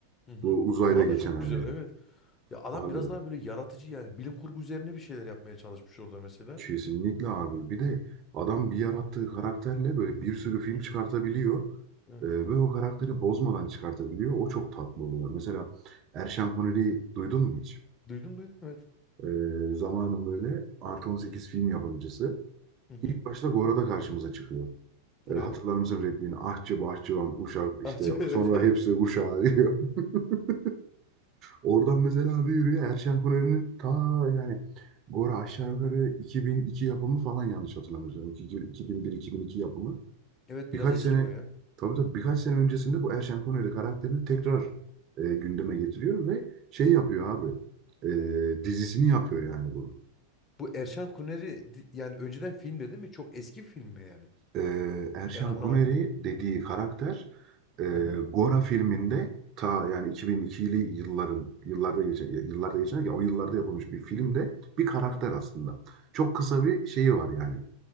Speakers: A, on the left; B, on the right.
A: Hı hı.
B: bu uzayda
A: Gora
B: geçen
A: da çok
B: hani
A: güzel evet. Ya adam
B: abi
A: biraz daha böyle yaratıcı yani. Bilim kurgu üzerine bir şeyler yapmaya çalışmış orada mesela.
B: Kesinlikle abi. Bir de adam bir yarattığı karakterle böyle bir sürü film
A: Hı hı.
B: çıkartabiliyor.
A: Evet.
B: Ee, ve o karakteri bozmadan çıkartabiliyor. O çok tatlı
A: Hı hı.
B: oluyor. Mesela Erşen Kuneri'yi duydun mu hiç?
A: Duydum duydum evet.
B: Ee, zamanın böyle artı 18 film yapımcısı.
A: Hı hı.
B: İlk başta Gora'da karşımıza çıkıyor.
A: Evet.
B: Ee, hatırlar mısın repliğini? Ahçı, bahçıvan, uşak işte
A: Acı evet.
B: sonra hepsi uşağı diyor. <laughs> Oradan mesela abi yürüyor Erşen Kuneri'nin ta yani Gora aşağı yukarı 2002 yapımı falan yanlış hatırlamıyorsam. 2001-2002 yapımı.
A: <laughs> Evet
B: Birkaç
A: biraz eski
B: sene
A: o ya.
B: tabii tabii birkaç sene öncesinde bu Erşen Kuneri karakterini tekrar e, gündeme getiriyor ve şey yapıyor abi. E, dizisini yapıyor yani bunu.
A: Bu Erşan Kuneri di- yani önceden filmde değil mi? Çok eski film mi yani?
B: e, Erşan
A: Ben anlamadım
B: Kuneri
A: onu.
B: dediği karakter e,
A: Hı hı.
B: Gora filminde ta yani 2002'li yılların yıllarda geçen yıllarda geçen ya o yıllarda yapılmış bir filmde bir karakter
A: Hı hı.
B: aslında. Çok kısa bir şeyi var yani